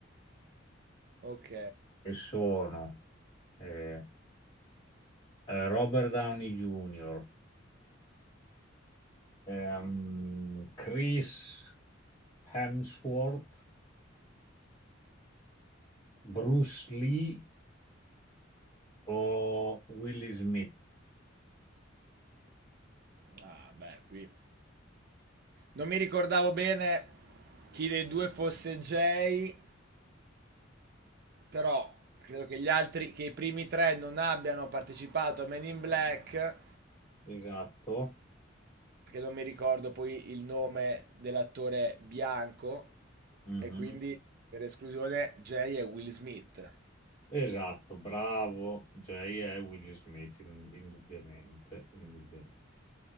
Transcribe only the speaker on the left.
E sono eh, eh, Robert Downey Jr., ehm, Chris Hemsworth, Bruce Lee o Will Smith?
Esatto.
Mhm.
Esatto, bravo. Jay è Will Smith, in- indubbiamente, indubbiamente.